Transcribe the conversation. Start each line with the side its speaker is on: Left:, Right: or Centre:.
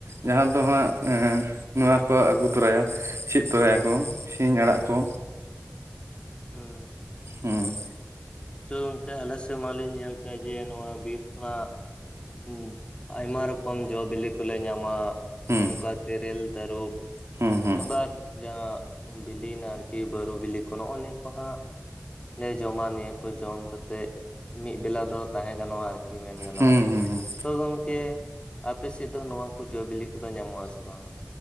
Right: ᱡᱟᱦᱟᱸ ᱫᱚ ᱦᱟᱸᱜ ᱮᱸ ᱱᱚᱣᱟ ᱠᱚ ᱟᱹᱜᱩ ᱛᱚᱨᱟᱭᱟ ᱥᱤᱫ ᱛᱚᱨᱟᱭᱟᱠᱚ ᱥᱤᱧ ᱟᱲᱟᱜ ᱠᱚ,
Left: ᱦᱩᱸ
Right: ᱦᱮᱸ
Left: ᱛᱚ ᱜᱚᱢᱠᱮ ᱟᱞᱮ ᱥᱮᱫ ᱢᱟᱞᱤᱧ ᱧᱮᱞ ᱠᱟᱜᱼᱟ ᱡᱮ ᱱᱚᱣᱟ ᱵᱤᱨ ᱠᱷᱚᱱᱟᱜ ᱦᱩᱸ ᱟᱭᱢᱟ ᱨᱚᱠᱚᱢ ᱡᱚ ᱵᱤᱞᱤ ᱠᱚᱞᱮ ᱧᱟᱢᱟ
Right: ᱦᱩᱸ
Left: ᱚᱱᱠᱟ ᱛᱮᱨᱮᱞ ᱛᱟᱹᱨᱚᱵ
Right: ᱦᱩᱸ ᱦᱩᱸ
Left: ᱟᱵᱟᱨ ᱡᱟᱦᱟᱸ ᱵᱤᱞᱤ ᱦᱮᱱᱟᱜ-ᱟ ᱟᱨᱠᱤ ᱵᱟᱹᱨᱩ ᱵᱤᱞᱤ ᱠᱚ ᱱᱚᱜᱼᱚ ᱱᱤᱭᱟᱹ ᱠᱚ ᱦᱟᱸᱜ ᱞᱮ ᱡᱚᱢᱟ ᱱᱤᱭᱟᱹ ᱠᱚ ᱡᱚᱢᱱᱠᱟᱛᱮᱫ ᱢᱤᱫ ᱵᱮᱞᱟ ᱫᱚ ᱛᱟᱦᱮᱸ ᱜᱟᱱᱚᱜᱼᱟ ᱟᱨ ᱠᱤ ᱢᱮᱱ ᱜᱟᱱᱚᱜᱼᱟ,
Right: ᱦᱩᱸ ᱦᱩᱸ ᱦᱩᱸ
Left: ᱛᱚ ᱜᱚᱝᱠᱮ ᱟᱯᱮ ᱥᱮᱫ ᱫᱚ ᱱᱚᱣᱟ ᱠᱚ ᱡᱚᱼᱵᱤᱞᱤ ᱠᱚ ᱫᱚ ᱧᱟᱢᱚᱜ-ᱟ ᱥᱮ ᱵᱟᱝ